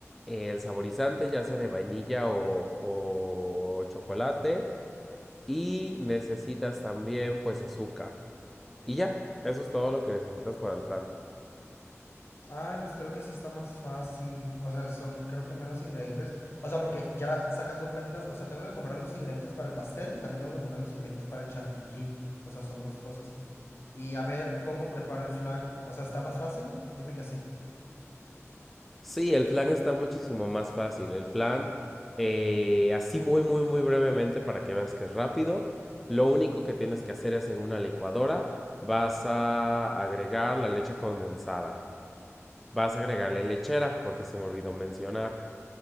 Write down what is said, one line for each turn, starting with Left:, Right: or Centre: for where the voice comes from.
Centre: el saborizante, ya sea de vainilla o, o chocolate, y necesitas también pues azúcar. Y ya, eso es todo lo que necesitas para el flan.
Left: Ay, pues creo que sí está más fácil. O sea, son creo que menos ingredientes. O sea, porque ya sacando cuentas, o sea, tengo que comprar los ingredientes para el pastel y también tengo que comprar los ingredientes para el chantilly. O sea, son dos cosas. Y a ver cómo preparo el flan. O sea, ¿está más fácil? Dime que sí.
Centre: Sí, el flan está muchísimo más fácil. El flan, eh, así muy, muy, muy brevemente para que veas que es rápido. Lo único que tienes que hacer es en una licuadora vas a agregar la leche condensada. Vas a agregarle lechera, porque se me olvidó mencionar.